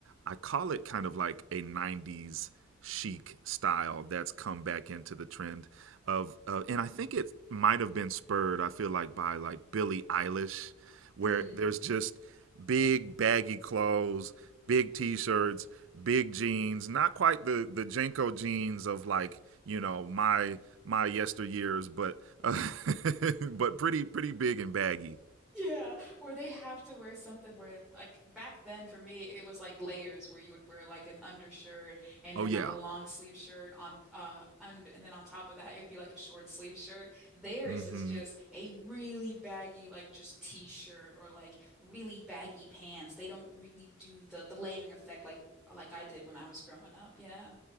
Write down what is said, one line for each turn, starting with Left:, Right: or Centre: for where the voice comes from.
Right: I call it kind of like a 90s chic style that's come back into the trend of uh, and I think it might have been spurred, I feel like by like Billie Eilish where
Centre: Mm.
Right: there's just big baggy clothes, big t-shirts, big jeans, not quite the the Jenko jeans of like, you know, my my yesteryears, but uh, <laughs> but pretty pretty big and baggy.
Centre: Yeah, where they have to wear something where like back then for me it was like layers where you would wear like an undershirt and
Right: Oh
Centre: then
Right: yeah.
Centre: like a long sleeve shirt on uh und and then on top of that it would be like a short sleeve shirt. Theirs
Right: Mm-hmm.
Centre: is just a really baggy like just t-shirt or like really baggy pants. They don't really do the the layering effect like like I did when I was growing up. Yeah.